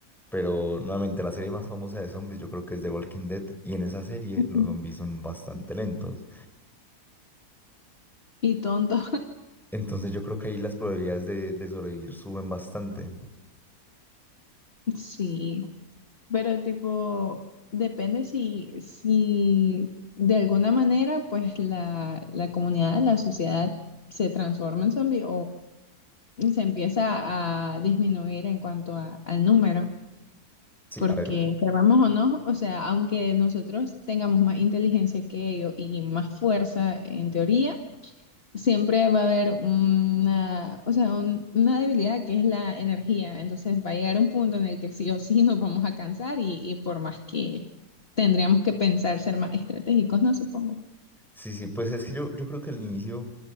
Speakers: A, in the centre; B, on the left.
A: Pero nuevamente, la serie más famosa de zombies yo creo que es The Walking Dead y en esa serie
B: Ujú.
A: los zombies son bastante lentos.
B: Y tonto,
A: Entonces yo creo que ahí las probabilidades de, de sobrevivir suben bastante.
B: <laughs> sí, pero tipo, depende si, si de alguna manera, pues la, la comunidad, la sociedad se transforma en zombie se empieza a disminuir en cuanto a- al número,
A: Sí,
B: porque
A: a ver,
B: queramos o no, o sea, aunque nosotros tengamos más inteligencia que ellos y más fuerza en teoría, siempre va a haber una, o sea, un- una debilidad que es la energía. Entonces va a llegar un punto en el que sí o sí nos vamos a cansar y, y por más que tendríamos que pensar ser más estratégicos, ¿no? Supongo.
A: Sí, sí, pues es que yo, yo creo que el inicio,